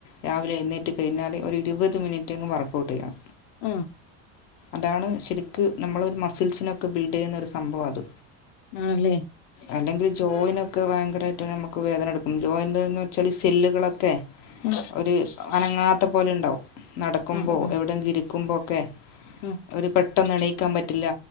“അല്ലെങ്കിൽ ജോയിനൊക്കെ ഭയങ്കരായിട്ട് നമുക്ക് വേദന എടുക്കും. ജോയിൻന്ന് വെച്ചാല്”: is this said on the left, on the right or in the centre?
Left